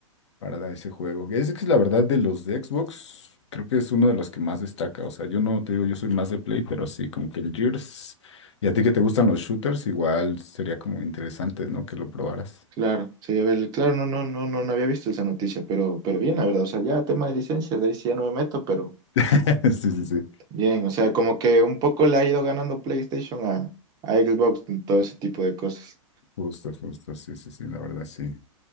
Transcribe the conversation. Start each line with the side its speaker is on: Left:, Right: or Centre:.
Left: para ese juego. Es que la verdad de los de Xbox, creo que es uno de los que más destaca. O sea, yo no te digo, yo soy más de Play, pero sí, como que el Gears. Y a ti que te gustan los shooters, igual sería como interesante, ¿no? Que lo probaras.
Right: Claro, sería verle. Claro, no, no, no, no, no había visto esa noticia, pero, pero bien, la verdad. O sea, ya tema de licencias, de ahí sí ya no me meto, pero
Left: <laughs> Sí, sí, sí.
Right: bien. O sea, como que un poco le ha ido ganando PlayStation a, a Xbox en todo ese tipo de cosas.
Left: Justo, justo, sí, sí, sí, la verdad, sí.